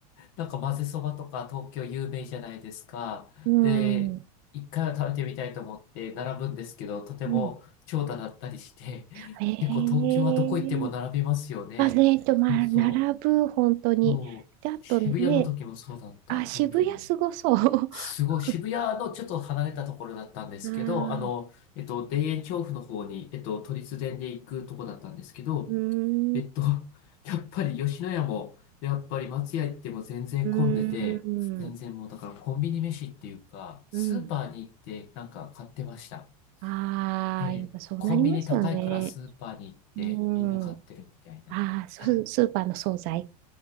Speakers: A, on the left; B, on the right.
A: なんか混ぜそばとか東京有名じゃないですか。
B: うん。
A: で、一回は食べてみたいと思って並ぶんですけど、とても長蛇だったりして、
B: うん。
A: <laughs>
B: ええ
A: 結構東京はどこ行っても並びますよね。
B: まあね、えっと、まあ、
A: そうそ
B: 並ぶ、本当に。
A: う。もう、
B: で、あとね、
A: 渋谷の時もそうだった。
B: あ、渋谷すごそう。
A: 本当に。すごい、
B: <laughs>
A: 渋谷のちょっと離れたところだったんですけど、
B: ああ、う
A: あの、えっと、田園調布の方に、えっと、都立電で行くとこだったんですけど、
B: ーん、
A: えっと、
B: う
A: <laughs> やっぱり吉野家も、やっぱり松屋行っても全然混んでて、
B: ーん、
A: 全然もうだからコンビニ飯っていうか、スーパーに行ってなんか買ってました。
B: うん。ああ、
A: えコンビニ高いからスーパーに行ってみんな買ってるみたいな。
B: やっぱそうなりますよね。うん。ああ、ス、
A: はい。
B: スーパーの惣菜。